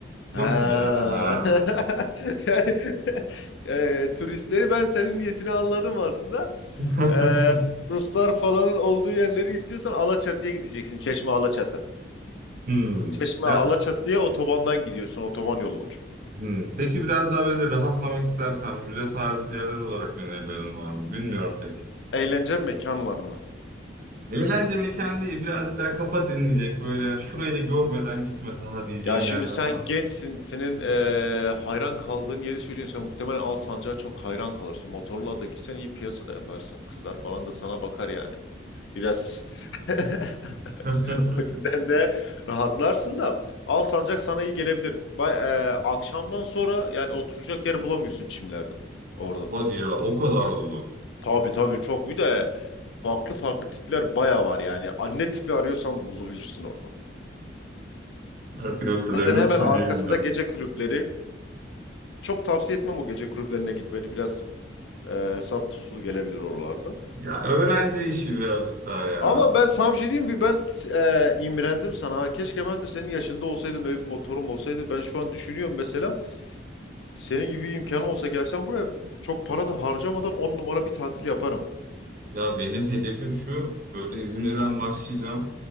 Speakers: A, on the right; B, on the left.
A: yok
B: Ha.
A: mu ya? Ha.
B: <laughs> Yani, e, turistleri ben senin niyetini anladım aslında.
A: <laughs>
B: E, Ruslar falan olduğu yerleri istiyorsan Alaçatı'ya gideceksin. Çeşme Alaçatı.
A: Hmm.
B: Çeşme
A: Ya,
B: Alaçatı'ya otobandan gidiyorsun. Otoban yolu var.
A: hmm. Peki biraz daha böyle rahatlamak istersen müze tarzı yerler olarak önerilerin var mı? Bilmiyorum pek.
B: Eğlence mekanlar mı?
A: Eğlence mekanı değil, birazcık daha kafa dinleyecek böyle şurayı da görmeden gitme daha diyeceğin
B: Ya şimdi
A: yerler
B: sen
A: var mı?
B: gençsin. Senin e, hayran kaldığın yeri söyleyeyim. Sen muhtemelen Alsancak'a çok hayran kalırsın. Motorla da gitsen iyi piyasa da yaparsın. Kızlar falan da sana bakar yani. Biraz <laughs>
A: <laughs>
B: <laughs> O yüzden de rahatlarsın da Alsancak sana iyi gelebilir. Bay, e, akşamdan sonra yani oturacak yer bulamıyorsun çimlerde orada.
A: Hadi ya o kadar dolu.
B: Tabii tabii çok bir de farklı farklı tipler bayağı var yani. Anne tipi arıyorsan bulabilirsin orada.
A: Artık o kadarına
B: Zaten hemen
A: bir şey
B: arkasında
A: diyemeyeceğim.
B: gece kulüpleri. Çok tavsiye etmem o gece kulüplerine gitmeni. Biraz e, hesap tuzlu gelebilir oralarda.
A: Ya öğrenci işi birazcık daha ya.
B: Ama ben sana bir şey diyeyim mi? Ben e, imrendim sana. Keşke ben de senin yaşında olsaydım. Böyle bir motorum olsaydı. Ben şu an düşünüyorum mesela. Senin gibi bir imkanım olsa gelsem buraya çok para da harcamadan on numara bir tatil yaparım.
A: Ya benim hedefim şu. Böyle İzmir'den başlayacağım.